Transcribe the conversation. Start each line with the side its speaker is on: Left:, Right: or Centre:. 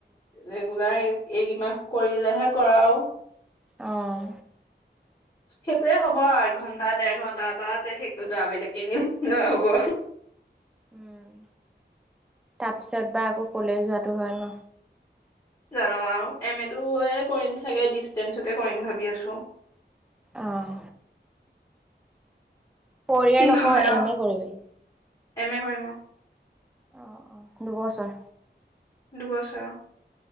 Left: ৰেগুলাৰ এইকমাহ কৰিলেহে কৰা আৰু
Centre: আহ
Left: সেইটোয়ে হ'ব আৰু এক ঘন্টা দেৰ ঘন্টা এটাত স যোৱা বেলেগ এনে ন হ'ব
Centre: উম তাৰপিছত বা আকৌ কলে যোৱাটো হয় ন
Left: জানো আৰু এম এটোয়ে কৰিম চাগে ডিচষ্টেঞ্চতে কৰিম ভাবি আছো
Centre: আহঁ ফৰ ইয়াৰ
Left: কি
Centre: নকৰ
Left: হয় আৰু
Centre: এম এ কৰিবি
Left: এম এ কৰিম
Centre: আহ অ দুবছৰ
Left: দুবছৰ